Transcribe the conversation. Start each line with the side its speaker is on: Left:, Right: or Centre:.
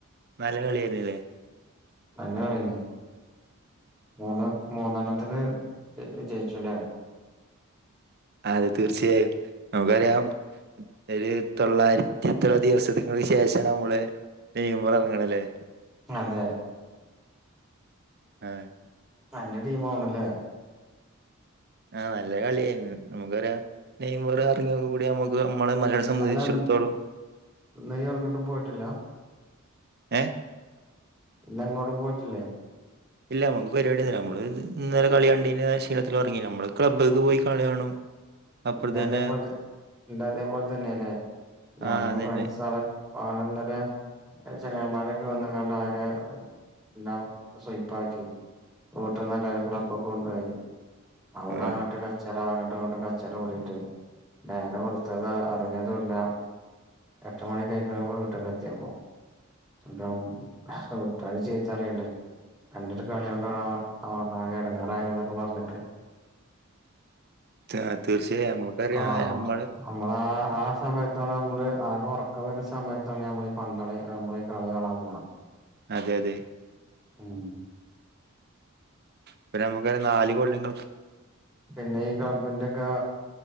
Right: നല്ല കളി ആയിരുന്നില്ലേ
Centre: അങ്ങനെ തന്നെ മൂന്ന് മൂന്നെണ്ണത്തിന് ജയിച്ചുവല്ലേ
Right: അതെ തീർച്ചയായും നമുക്കറിയാം ഒരു തൊള്ളായിരത്തി ഇത്രയധികം ദിവസങ്ങൾക്ക് ശേഷം നമ്മളെ നെയ്മറ് ഇറങ്ങണല്ലേ
Centre: അതെ
Right: ആ
Centre: എന്റെ ടീം ആവണല്ലേ
Right: ആ നല്ല കളിയായിരുന്നു നമുക്കറിയാം നെയമറ് ഇറങ്ങിയതോട് കൂടി നമുക്ക് നമ്മള് മലയാളിയെ സബന്ധിച്ചടത്തോളം
Centre: അല്ല ഇന്ന് ഇയ്യ് എങ്ങോട്ടും പോയിട്ടില്ല
Right: ഏ
Centre: ഇന്ന് അങ്ങോട്ട് പോയിട്ടില്ലേ
Right: ഇല്ല നമുക്ക് പരിപാടി ഒന്നുമില്ല നമ്മള് ഇന്നലെ കളി കണ്ടീന് ക്ഷീണത്തിൽ ഇറങ്ങീന് നമ്മള് ക്ലബ്ബക്ക് പോയി കളി കാണും അപ്പുറത്ത്
Centre: എന്റെ
Right: തന്നെ
Centre: അതേപോലെ എന്റെ അതേപോലെ തന്നെയാല്ലേ ഞാനും
Right: ആ അതന്നെ
Centre: ഫ്രണ്ട്സൂടെ ആാലന്നര ചങ്ങമാരക്കെ വന്ന കണ്ട ആകെ എല്ലാം സ്പ്പ ആാക്കി വട്ട നല്ലരും ക്ലബ്ബ ഒക്കെ കൊണ്ടുപോയി അവിടെ
Right: ഉം,
Centre: അങ്ങോട്ട് കച്ചറ അങ്ങട്ട അങ്ങോട്ട് അച്ച പടിീട്ട് ഞാന വെളുത്തത് അറിഞ്ഞതല്ല എട്ട മണ കായിക്കണ പോ ട്ട കത്തിയാപ്പോ അപ്പം ചെയീത്തറിയണ്ട് എന്റെ ഒരു കളി കൊണ്ട് അവ അവെ ഇടങ്ങാറായത് എന്നൊക്കെ പറഞ്ഞിട്ട് <inaudible>
Right: ആ തീർച്ചയായും നമുക്കറിയാം
Centre: ആഹ്
Right: നമ്മള്
Centre: നമ്മളാ ആ സമയത്താണ് നമ്മള് ആകെ ഉറക്കം വരുന്ന സമയത്താണ് ഞമ്മൾ പന്തളി നമ്മള ഈ കളി കാണാൻ പോകണം
Right: അതെ അതെ
Centre: ഉഹ
Right: ഇപ്പ നമുക്ക നാല് കൊള്ളങ്ങൾ
Centre: പിന്നെ ഈ കമ്പിന്റെക്ക